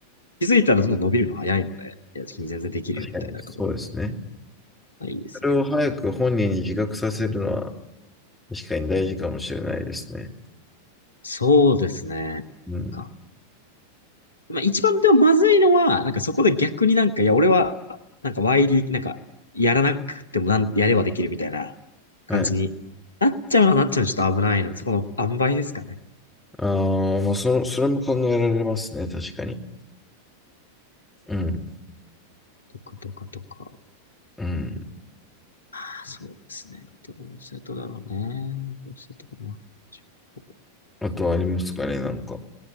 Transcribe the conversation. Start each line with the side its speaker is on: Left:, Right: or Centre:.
Left: 気づいたらどんどん伸びるの早いので、いや、君全然できるよみたいなところ
Centre: 確かに。そうですね。
Left: がいいですね。
Centre: それを早く本人に自覚させるのは確かに大事かもしれないですね。
Left: そうですね。
Centre: うん。
Left: かまあ、一番でもまずいのは、なんかそこで逆になんか、いや、俺は、なんか YD、なんか、やらなくてもなん、やればできるみたいな感じになっちゃうのはなっちゃうのちょっと危ないので、
Centre: はい。
Left: そこの塩梅ですかね。
Centre: ああ、まあ、その、それも考えられますね。確かに。うん。
Left: とか、とか、とか。
Centre: うん。
Left: あそうですね。どうしてとだろうね。どうしてとかな。中学校
Centre: あとはありますかね、なんか。